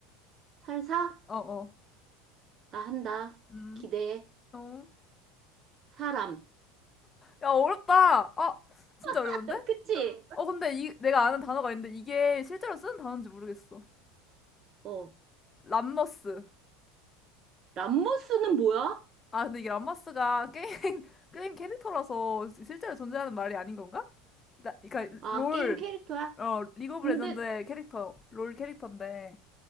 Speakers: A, on the right; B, on the left.
A: 살사?
B: 어, 어.
A: 나 한다.
B: 음,
A: 기대해.
B: 어.
A: 사람.
B: 야, 어렵다. 아, 진짜
A: <laughs>
B: 어려운데?
A: 그치?
B: 어, 근데 이, 내가 아는 단어가 있는데 이게 실제로 쓰는 단어인지 모르겠어.
A: 어.
B: 람머스.
A: 람모스는 뭐야?
B: 아, 근데 이게 람머스가 게임, <laughs> 게임 캐릭터라서 실제로 존재하는 말이 아닌 건가? 나, 그러니까
A: 아,
B: 롤,
A: 게임 캐릭터야?
B: 어 리그
A: 근데
B: 오브 레전드의 캐릭터 롤 캐릭터인데